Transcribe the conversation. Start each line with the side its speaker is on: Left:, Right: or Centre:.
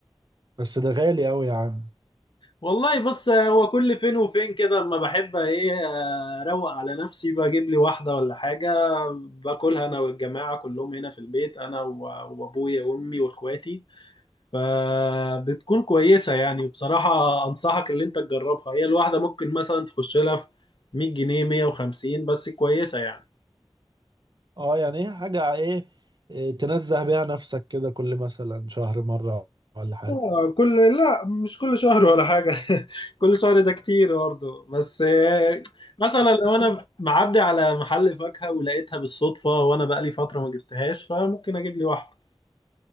Right: بس ده غالي قوي يا عم
Left: والله بص هو كل فين وفين كده اما بحب ايه اروق على نفسي بجيب لي واحده ولا حاجه باكلها انا والجماعه كلهم هنا في البيت انا و- وابويا وامي واخواتي فبتكون كويسه يعني وبصراحه انصحك اللي انت تجربها هي الواحده ممكن مثلا تخش لها في 100 جنيه 150 بس كويسه يعني
Right: اه يعني ايه حاجة ايه إيه، آه، تنزه بيها نفسك كده كل مثلا شهر مرة ولا حاجة
Left: آه، كل لا مش كل شهر ولا حاجة <laughs> كل شهر ده كتير برضه بس آه، مثلا لو انا معدي على محل فاكهة ولقيتها بالصدفة وانا بقالي فترة ما جبتهاش فممكن اجيب لي واحدة